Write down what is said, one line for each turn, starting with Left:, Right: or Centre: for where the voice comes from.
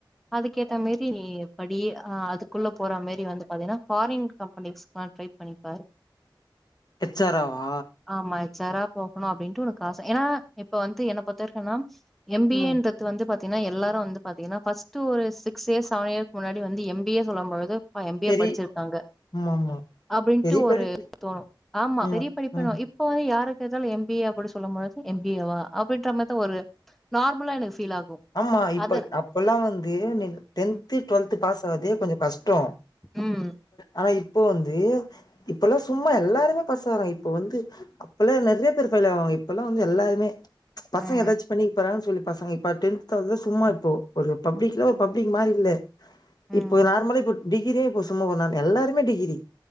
Centre: அதுக்கே அ மாரி படி அதுக்குள்ள போற மாரி வந்து பாத்தீங்கன்னா ஃபாரின் கம்பெனிஸ்கல்லா ட்ரை பண்ணிப்பாரு
Left: எச்சாரவா
Centre: ஆமா எச்சாரா போகணு அப்படின்னுட்டு உனக்கு ஆச ஏன்னா இப்ப வந்து என்ன பாத்த இருக்கன்னா எம் பி
Left: ம்
Centre: ஏன்ற து வந்து பாத்தீங்கன்னா எல்லாரு வந்து பாத்தீங்கன்னா பஸ்டு ஒரு சிகஸ் இர் செவன் இயர் முன்னாடி வந்து எம்பியே சொல்லும்பொழுது எம் பி
Left: பெரி
Centre: ஏ படிச்சிருக்காங்க
Left: ஆமாமா
Centre: அப்படின்ட்டு
Left: பெரிய
Centre: ஒரு
Left: படிப்பு
Centre: தோணு ஆமா
Left: ம்
Centre: பெரிய படிப்பனு
Left: ம்
Centre: இப் போ யாருக்கேட்டாலு எம் பி ஏ அப்படி சொல்லும்பொழுது எம் பி ஏவா அப்பின்ற மாரிதா ஒரு நார்மலா எனக்கு பீல் ஆகு
Left: ஆமா இப்ப
Centre: அத
Left: அப்பெல்லா வந்து நீ டென்து
Centre: ம்
Left: டுவெல்து பாஸ் ஆதே கொஞ்ச கஷ்டோ
Centre: ம்
Left: ஆனா இப் போ வந்து இப்பல்லா சும்மா எல்லாருமே பாசகுறோ இப்ப வந்து அப்பல்லா நெறைய பேரு பெலவாங்க இப்பல்லா வந்து எல்லாருமே பசங்க
Centre: ம்
Left: ஏதாச்சு பண்ணி போறாங்கன்னு சொல்லி பசங்க ப டென்த்தது சும்மா இப்போ ஒரு பப்ளிக்ல ஒரு பப்ளிக் மாரி இல்ல
Centre: ம்
Left: இப்போ நார்மலே போ டிகிரியே இப்போ சும்மா போங்க எல்லாருமே டிகிரி